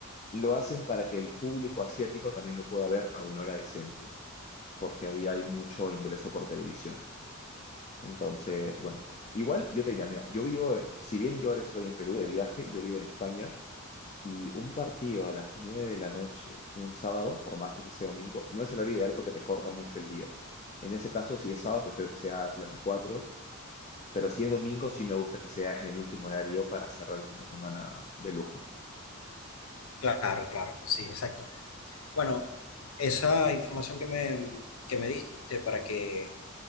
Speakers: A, on the left; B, on the left.
A: Lo hacen para que el público asiático también lo pueda ver a una hora decente, porque ahí hay mucho ingreso por televisión. Entonces,
B: Ah,
A: bueno, igual yo te diría, mira, yo vivo, si bien yo ahora estoy en Perú de viaje, yo vivo en España y un partido a las 9 de la noche, un sábado, por más que ese sea domingo, no es el horario ideal porque te corta mucho el día. En ese caso, si es sábado, prefiero que sea plan de cuatro pero si es domingo, sí me gusta que sea en el último horario para cerrar el fin de semana de lujo.
B: Claro, claro, sí, exacto. Bueno, esa información que me, que me diste para que